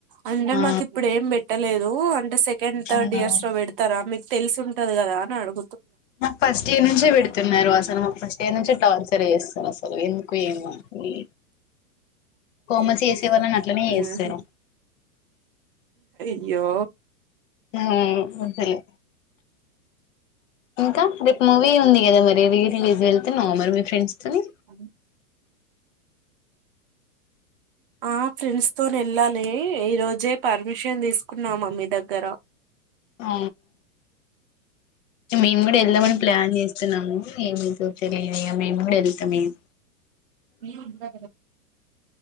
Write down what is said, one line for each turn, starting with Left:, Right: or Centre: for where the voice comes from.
Right: అంటే
Left: ఆ
Right: మాక్ ఇప్పుడు ఏం పెట్టలేదు ఉ ఆ సెకండ్
Left: అవునవును
Right: థర్డ్ ఇయర్స్ లో పెడతారా మీకు తెలిసి ఉంటది కదా నాకు
Left: మాకు ఫస్ట్ ఇయర్ నుంచే పెడుతున్నారు అసలు మాకు ఫస్ట్ ఇయర్ నుంచ టార్చర్ చేస్తాను అసలు ఎందుకు ఏమా ఈ కామర్స్ చేసే వాళ్ళని అట్లనే చేస్తారు
Right: ఉహు. య్యో
Left: అలే ఇంకా రేపు మూవీ ఉంది కదా మరి రీ ఇది వెళ్తేన్నామరి మీ ఫ్రెండ్స్ తోని
Right: అ ఆ ప్రస్ తని వెళ్ళాలి ఈ రోజే పర్మిషన్ తీసుకున్నామా మీ దగ్గర తర
Left: ఆ మేము కూడా వెళ్దామని ప్లాన్ చేస్తున్నాము ఏమి సూచలే అయ్య మేము కూడా వెళ్తామేము
Right: మీరుంట ఉంటా